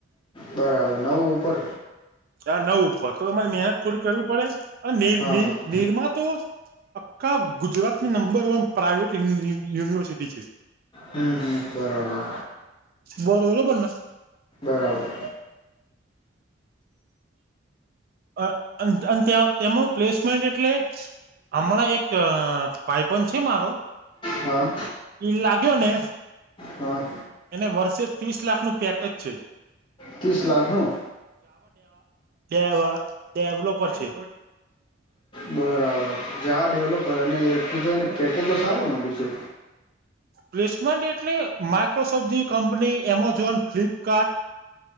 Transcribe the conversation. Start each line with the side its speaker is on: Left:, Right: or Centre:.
Left: બરાબર, નવ. ઉપર.
Right: ના, નવ ઉપર તો તમારે મહેનત થોડી કરવી પડે.
Left: હા
Right: નિ,
Left: હા
Right: નિરમા તો. આખા ગુજરાતની નંબર વન પ્રાઈવેટ યુનિવર્સિટી છે.
Left: હમ બરાબર.
Right: બરોલો બને.
Left: બરાબર
Right: અ તેમનું પ્લેસમેન્ટ એટલે, હમણાં એક ભાઈબંધ છે મારો.
Left: હા
Right: ઈ લાગ્યોને
Left: હા
Right: એને વર્ષે તીસ લાખનું પેકેજ છે.
Left: તીસ લાખનું?
Right: દેવા ડેવલોપર છે.
Left: બરાબર જાવા ડેવલોપર અને તો તો એને પેકેજ તો સારું મળ્યું છે.
Right: પ્લેસમેન્ટ એટલે માઇક્રોસોફ્ટ જે કંપની એમઝોન, ફ્લિપકાર્ટ